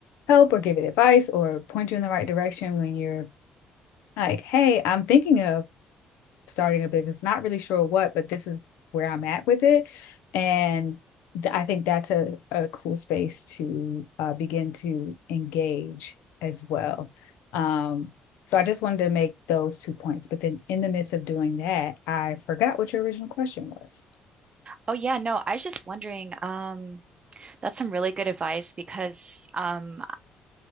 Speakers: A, on the left; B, on the right.
A: help or give it advice or point you in the right direction when you're like, hey, I'm thinking of starting a business, not really sure what, but this is where I'm at with it. And th- I think that's a, a cool space to uh, begin to engage as well. Um, so I just wanted to make those two points. But then in the midst of doing that, I forgot what your original question was.
B: Oh yeah, no, I was just wondering. Um, that's some really good advice because, um,